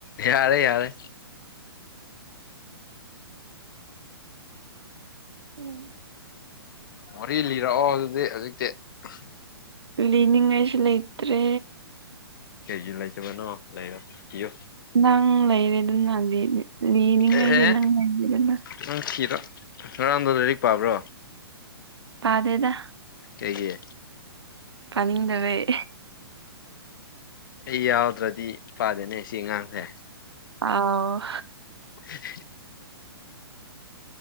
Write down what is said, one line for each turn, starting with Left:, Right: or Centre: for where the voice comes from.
Left: ꯌꯥꯔꯦ ꯌꯥꯔꯦ
Right: ꯎꯝ
Left: ꯋꯥꯔꯤ ꯂꯤꯔꯛꯑꯣ ꯑꯗꯨꯗꯤ ꯍꯧꯖꯤꯛꯇꯤ ꯎꯝ
Right: ꯂꯤꯅꯤꯡꯉꯥꯏꯁꯨ ꯂꯩꯇ꯭ꯔꯦ
Left: ꯀꯦꯒꯤ ꯂꯩꯖꯕꯅꯣ ꯂꯩꯔꯣ ꯀꯤꯌꯣ
Right: ꯅꯪ ꯂꯩꯔꯦꯗꯅꯗꯤ ꯂꯤꯅꯤꯡꯉꯩꯗꯤ
Left: ꯑꯦ
Right: ꯅꯪ ꯂꯩꯔꯤꯗꯅ
Left: ꯅꯪ ꯊꯤꯔꯣ ꯉꯔꯥꯡꯗꯣ ꯂꯥꯏꯔꯤꯛ ꯄꯥꯕ꯭ꯔꯣ
Right: ꯄꯥꯗꯦꯗ
Left: ꯀꯩꯒꯤ
Right: ꯄꯅꯤꯡꯗꯕꯩ
Left: ꯑꯩ ꯌꯥꯎꯗ꯭ꯔꯗꯤ ꯄꯥꯗꯦꯅꯦ ꯁꯤ ꯑꯉꯥꯡꯁꯦ
Right: ꯑꯧꯎ
Left: <unintelligible>